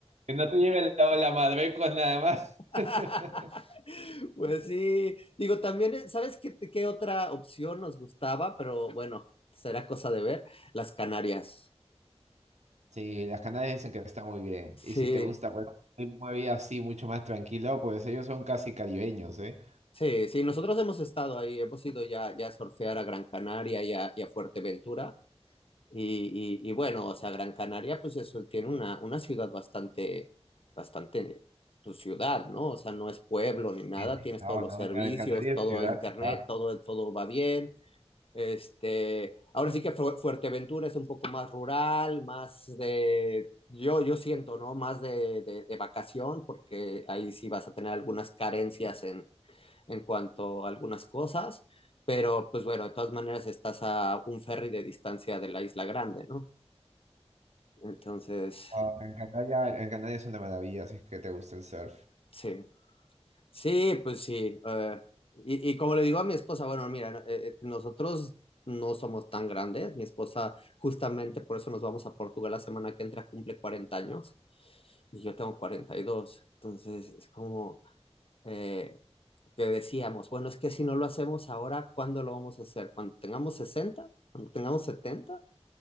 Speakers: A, on the right; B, on the left.
A: que no te lleve la ola Madrecos nada más.
B: <laughs>
A: <laughs>
B: pues sí, digo, también, eh, ¿sabes qué, qué otra opción nos gustaba? Pero bueno, será cosa de ver, las Canarias.
A: Sí, las Canarias dicen que está muy bien.
B: Sí,
A: Y si te gusta, pues, una vida así mucho más tranquilo, pues ellos son casi caribeños, ¿eh?
B: sí, sí, nosotros hemos estado ahí, hemos ido ya, ya a surfear a Gran Canaria y a, y a Fuerteventura. Y, y, y bueno, o sea, Gran Canaria, pues eso, tiene una, una ciudad bastante, bastante, tu ciudad, ¿no? O sea, no es pueblo ni nada,
A: Sí, sí,
B: tienes
A: No,
B: todos los
A: no,
B: servicios,
A: Gran Canaria
B: todo
A: es ciudad,
B: internet,
A: ¿verdad?
B: todo, todo va bien. Este, ahora sí que Fu- Fuerteventura es un poco más rural, más de, yo, yo siento, ¿no? Más de, de, de vacación, porque ahí sí vas a tener algunas carencias en, en cuanto a algunas cosas, pero pues bueno, de todas maneras estás a un ferry de distancia de la Isla Grande, ¿no? Entonces,
A: No, Gran Canaria, Gran Canaria es una maravilla, si es que te gusta el surf.
B: sí, sí, pues sí. eh, y, y como le digo a mi esposa, bueno, mira, no, eh, eh, nosotros no somos tan grandes. Mi esposa, justamente por eso nos vamos a Portugal la semana que entra, cumple 40 años y yo tengo cuarenta y dos Entonces, es como eh, que decíamos, bueno, es que si no lo hacemos ahora, ¿cuándo lo vamos a hacer? ¿Cuando tengamos sesenta ¿Cuando tengamos setenta